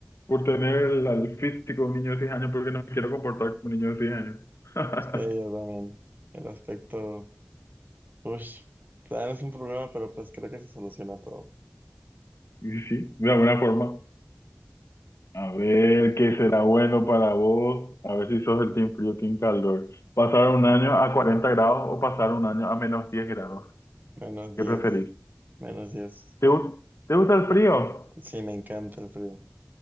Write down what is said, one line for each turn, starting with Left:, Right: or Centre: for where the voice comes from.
Left: por tener el, al físico de un niño de 6 años porque no me quiero comportar como un niño de 6 años. <laughs>
Right: Sí, yo también. El aspecto, uff, claro, es un problema, pero pues creo que se soluciona todo.
Left: Y sí, de alguna forma. A ver qué será bueno para vos, a ver si sos del team frío, team calor. ¿Pasar un año a 40 grados o pasar un año a menos 10 grados?
Right: Menos 10
Left: ¿Qué preferís?
Right: menos diez
Left: ¿Te, gu- te gusta el frío?
Right: Sí, me encanta el frío.